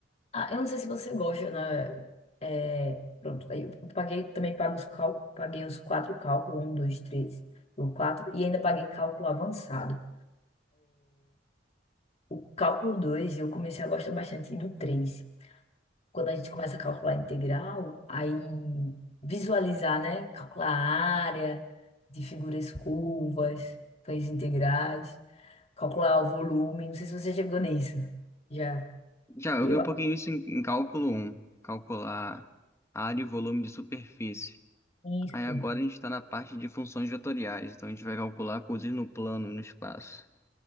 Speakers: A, on the left (about 35°); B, on the left (about 15°).
A: ah, eu não sei se você gosta, né? É, pronto, aí eu paguei, também pago os cal, paguei os quatro cálculos, um, dois, três, o quatro, e ainda paguei cálculo avançado. O cálculo 2 eu comecei a gostar bastante do três Quando a gente começa a calcular integral, aí visualizar, né? Calcular a área de figuras curvas, feitas integrais, calcular o volume. Não sei se você chegou nisso. Já.
B: Já, eu
A: Eu.
B: vi um pouquinho isso em, em cálculo um. Calcular área e volume de superfície.
A: Isso.
B: Aí agora a gente está na parte de funções vetoriais. Então a gente vai calcular coisas no plano, no espaço.